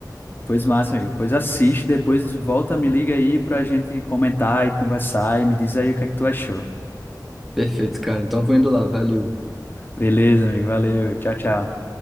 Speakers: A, on the left; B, in the centre.
A: Pois massa, amigo. Pois assiste, depois volta, me liga aí pra gente comentar e conversar e me diz aí o que é que tu achou.
B: Perfeito, cara. Então vou indo lá, valeu.
A: Beleza, amigo. Valeu. Tchau, tchau.